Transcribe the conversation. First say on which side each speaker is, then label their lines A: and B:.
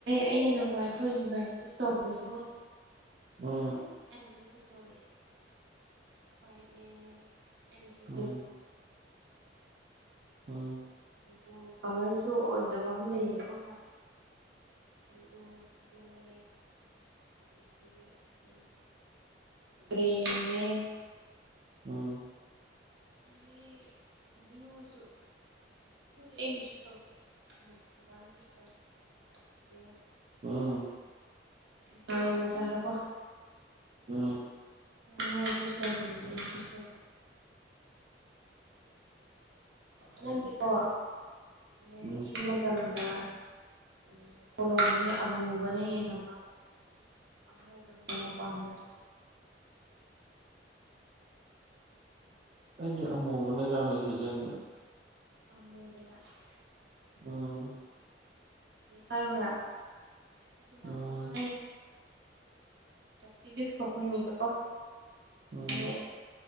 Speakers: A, on the right; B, on the right.
A: ꯑꯩꯅ ꯅꯍꯥꯟꯋꯥꯏ ꯑꯩꯈꯣꯏꯒꯤ ꯒꯥꯔꯤꯗꯁꯨ ꯇꯧꯕꯗꯁꯨ ꯀꯣ
B: ꯎꯝ
A: ꯑꯩꯅ ꯑꯗꯨꯝ ꯆꯨꯁ ꯇꯧꯌꯦ ꯋꯥꯏꯠꯅꯦ <inaudible>
B: ꯎꯝ ꯎꯝ
A: ꯑꯣ ꯀꯂꯔꯁꯨ ꯑꯣꯏꯗꯕ ꯑꯃ ꯂꯩꯌꯦꯕꯀꯣ ꯍꯥꯟꯅ ꯑꯗꯣ ꯑꯗꯨꯅꯦ <inaudible> ꯒ꯭ꯔꯦꯅꯦ
B: ꯎꯝ
A: ꯑꯗꯒꯤ ꯕ꯭ꯂꯨꯁꯨ ꯑꯗꯨꯗꯤ ꯑꯩꯅ ꯆꯨꯁ ꯇꯧꯗꯦ ꯕꯥꯕꯥꯅ ꯆꯨꯁ ꯇꯧꯌꯦ
B: ꯎꯝ
A: ꯒꯔꯤ ꯃꯆꯥꯗꯀꯣ
B: ꯎꯝ
A: ꯃꯣꯏꯅ ꯆꯨꯁ ꯇꯧꯈꯤꯕꯅꯦ ꯑꯩꯅ ꯆꯨꯁ ꯇꯧꯗꯦ ꯅꯪꯗꯤꯀꯣ
B: ꯎꯝ
A: ꯂꯥꯏꯔꯤꯛ
B: ꯎꯝ
A: ꯏꯕ ꯃꯇꯝꯗ ꯎꯝ ꯀꯣꯂꯣꯝꯁꯦ ꯑꯃꯨꯕꯅ ꯍꯦꯟꯅ ꯄꯥꯝꯕ꯭ꯔ ꯑꯉꯧꯕꯅ ꯍꯦꯟꯅ ꯄꯥꯝꯕ꯭ꯔ
B: ꯑꯩꯗꯤ ꯑꯃꯨꯕꯅ ꯌꯥꯝꯅ ꯁꯤꯖꯤꯟꯅꯩ
A: ꯑꯃꯨꯕꯅ
B: ꯎꯝ
A: ꯍꯥꯏꯎꯔꯥ ꯑꯩꯗꯤ ꯅꯍꯥꯟꯋꯥꯏ
B: ꯎꯝ
A: ꯐꯤꯖꯤꯛꯁ ꯊꯣꯛꯄ ꯅꯨꯃꯤꯠꯇꯣꯀꯣ
B: ꯎꯝ
A: ꯑꯩꯁꯦ